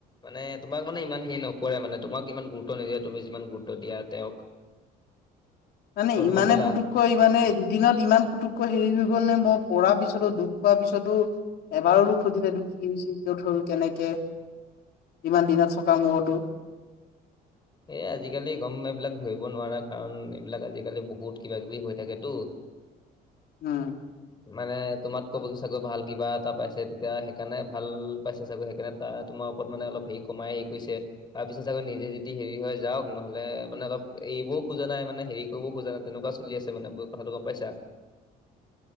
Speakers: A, on the left (about 25°); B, on the left (about 70°).
A: মানে তোমাক মানে ইমান হেৰি নকৰে মানে তোমাক ইমান গুৰুত্ব নিদিয়ে তুমি যিমান গুৰুত্ব দিয়া তেওঁক <inaudible>
B: মানে
A: কথাটো
B: ইমানে
A: গম পালা
B: পুটু কৈ মানে দুদিনত ইমান পুতুককৈ হেৰি হৈ গ'ল নে মই পৰা পিছতো দুখ পোৱাৰ পিছতো এবাৰো নুসুধিলেতো কি হৈছে? কত হ'ল কেনেকে?
A: <inaudible>
B: ইমান দিনত থকা মূৰতো।
A: এই আজিকালি গম এইবিলাক ধৰিব নোৱাৰা কাৰণ এইবিলাক আজিকালি বহুত কিবা কিবি হৈ থাকেতো। <inaudible>
B: উম।
A: মানে তোমাত ক'ব গৈ চাগৈ ভাল কিবা এটা পাইছে তেতিয়া সেইকাৰণে ভাল পাইছে চাগৈ। সেইকাৰণে তোমাৰ ওপৰত মানে অলপ হে কমাই সেৰি কৰিছে। তাৰ পিচে চাগৈ নিজে যে যি হেৰি হয় যাওক নহ'লে মানে অলপ এৰিবও খোজা নাই মানে হেৰি কৰিব খোজা নাই তেনেকুৱা চলি আছে মানে বু কথাটো গম পাইছা?